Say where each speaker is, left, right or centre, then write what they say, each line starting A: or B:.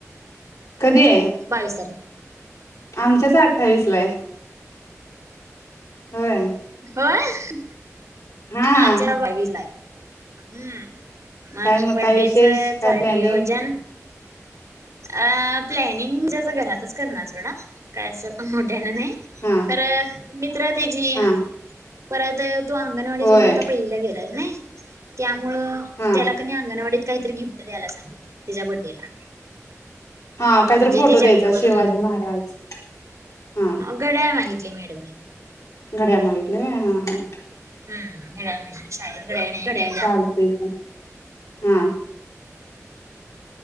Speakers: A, on the left; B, on the right.
A: कधी?
B: बावीस तार
A: आमच्यात अठ्ठावीसला आहे, होय.
B: होय,
A: हा हा
B: आमच्यात बावीसलाय. हम्म, मग
A: काय
B: बड्डेच
A: काय विशेष काय
B: <unintelligible>
A: प्लॅनिंग
B: नियोजन अ प्लॅनिंग <unintelligible> घरातच करणार सोडा. काय असं मोठ्यान नाही,
A: हा
B: खर मित्र तेजी,
A: हा
B: परत तो अंगणवाडी
A: होय
B: सोडून आता पहिलीला गेलाय नई. त्यामुळे,
A: हा
B: त्याला कनी अंगणवाडीत काहीतरी गिफ्ट द्यायला सांगितल, त्याच्या बड्डेला.
A: हा काहीतरी
B: म्हणजे
A: फोटो
B: त्याची
A: द्यायचा
B: आठवण
A: शिवाजी
B: म्हणून
A: महाराज, हा.
B: घड्याळ मागितलय मॅडमनी.
A: घड्याळ मागितल हा हां.
B: हम्म घड्याळ <unintelligible> शाळेत घड्याळ नाही घड्या
A: चालतय की, हा.